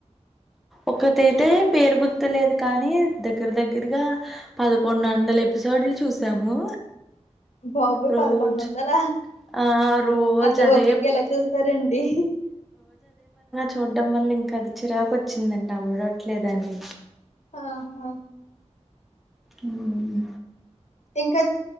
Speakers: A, in the centre; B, on the left.
A: ఒకతైతే పేరు గుర్తులేదు కానీ దగ్గర దగ్గరగా పదకొండు వందల ఎపిసోడ్లు చూసాము.
B: బాబోయ్
A: రోజు
B: పదకొండు వందల
A: ఆ రోజు
B: అంత
A: అదే
B: ఓపిగ్గా ఎలా చూస్తారండి.
A: చూడడం వల్ల ఇంకా అది చ్. చిరాకోచ్చిందంట అవిడ అవట్లేదని.
B: ఆహా
A: ఉమ్.
B: ఇంకా చ్.